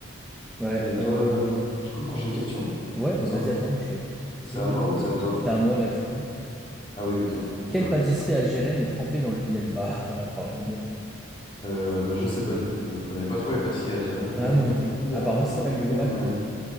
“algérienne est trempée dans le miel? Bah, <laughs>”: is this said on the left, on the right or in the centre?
Centre